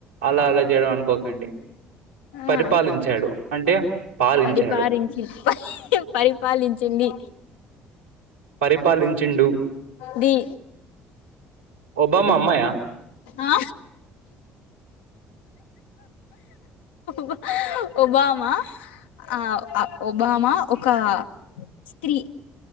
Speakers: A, on the right (about 85°); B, on the left (about 70°).
A: అలా అలా చేయడం అనుకోకండి. పరిపాలించాడు
B: ఆ
A: అంటే. పాలించాడు.
B: పరిపాలించి ప పరిపాలించింది.
A: పరిపాలించిండు.
B: ది
A: ఒబామా అమ్మాయా?
B: ఆ. బ ఒబామా ఆ ఒబామా ఒక స్త్రీ.